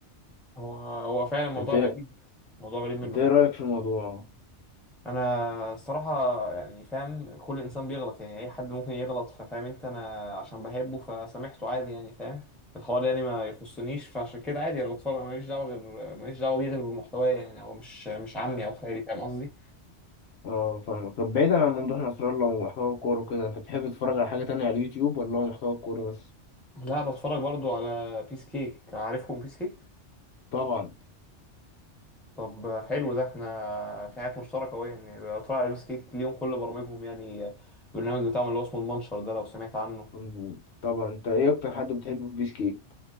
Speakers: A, in the centre; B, on the left.
A: هو هو فعلا موضوع
B: انت إيه،
A: غريب موضوع غريب منه
B: انت
A: فعلا
B: ايه رايك في الموضوع؟
A: انا الصراحه يعني فاهم كل انسان بيغلط يعني اي حد ممكن يغلط ففاهم انت انا عشان بحبه فسامحته عادي يعني فاهم الحوار ده يعني ما يخصنيش فعشان كده عادي انا بتفرج ماليش دعوه غير ماليش دعوه بيه غير بالمحتوى يعني هو مش مش عمي او خالي فاهم قصدي
B: اه فاهمك طب بعيدا عن موضوع نصر الله ومحتوى الكورة وكده انت بتحب تتفرج على حاجة تانية على اليوتيوب ولا هو محتوى الكورة بس؟
A: لا بتفرج برضو على بيس كيك عارفهم بيس كيك
B: طبعا
A: طب حلو ده احنا في حاجات مشتركه اهو يعني بتفرج على بيس كيك ليهم كل برامجهم يعني البرنامج بتاعهم اللي هو اسمه المنشر ده لو سمعت عنه
B: أم، طبعا انت ايه اكتر حد بتحبه في بيس كيك؟